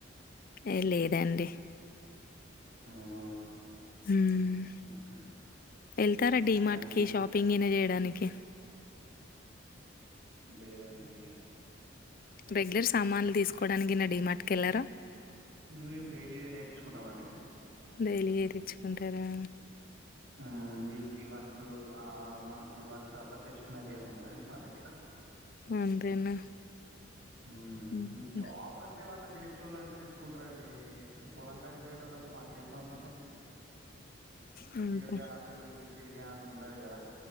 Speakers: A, on the left; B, on the right.
A: ఏ లేదాండి
B: అవునా
A: మ్
B: ఓకే.
A: ఎళ్తారా
B: అంతేనా
A: డిమార్ట్
B: అండి?
A: కి షాపింగీన చేయడానికి
B: లేదండి
A: రెగ్యులర్ సామాన్లు తీసుకోవడానికిన్న డిమార్ట్కి వెళ్లరా
B: మేం డైలీగా నేర్చుకుంటామ అండి
A: డైలీ ఏ తెచ్చుకుంటారా
B: ఆ వీక్లీ వన్స్ ఆ మంత్లీ వన్స్ అట్లా తెచ్చుకునేది ఏమి ఉండదండి మ దగ్గర
A: అంతేనా?
B: మ్
A: హుహు.
B: జాబ్ అంటే మనక్ చేస్తోలంటే తెచ్చుకుంటారండి ఇప్పుడు పొలం కాడికి పోయేటోల్లకు మాకేం పనులు ఉంటాయ్
A: మ్
B: ఇగ అటు బోయి ఈటు దిరిగే అంత ఉండదు గదా